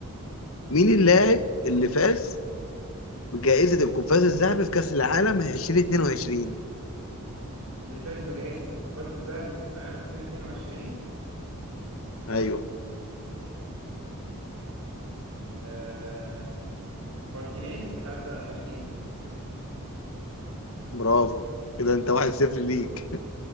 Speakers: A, on the left; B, on the right.
A: مين اللاعب اللي فاز بجائزة القفاز الذهبي في كأس العالم 2022
B: اللي فاز بجائزة القفاز الذهبي كأس العالم 2022
A: ايوه
B: آه مارتينيز حارس الأرجنتين
A: برافو كده انت 1-0 ليك